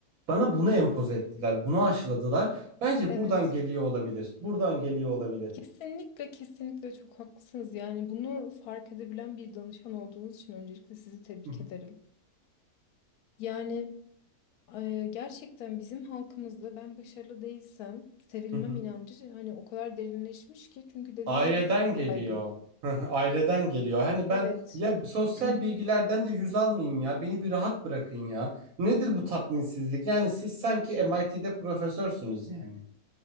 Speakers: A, on the right; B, on the left.
A: Bana bunu empoze ettiler, bunu aşıladılar. Bence
B: Evet.
A: buradan geliyor olabilir. Buradan geliyor olabilir.
B: Kesinlikle kesinlikle çok haklısınız. Yani bunu fark edebilen bir danışan olduğunuz için öncelikle sizi tebrik
A: Hı hı,
B: ederim. Yani Eee, Gerçekten bizim halkımızda ben başarılı değilsem sevilmem
A: hı hı.
B: inancı hani o kadar derinleşmiş ki çünkü dediğiniz
A: Aileden
B: gibi çok
A: geliyor.
B: yaygın.
A: Hı hı, Aileden geliyor. Hani
B: Evet.
A: ben ya sosyal
B: <clears throat>
A: bilgilerden de yüz almayayım ya. Beni bir rahat bırakın ya. Nedir bu tatminsizlik? Yani siz sanki MIT'de profesörsünüz yani.